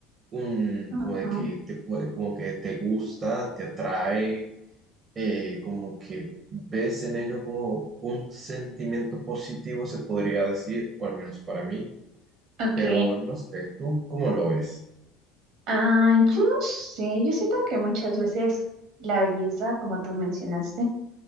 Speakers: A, on the right; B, on the right.
A: un,
B: Ujú.
A: como de que te puede, como que te gusta, te atrae, eh, como que ves en ello como un sentimiento positivo, se podría decir, o al menos para mí,
B: Ok.
A: pero no sé, ¿tú cómo lo ves?
B: Ah, yo no sé, yo siento que muchas veces la belleza, como tú mencionaste,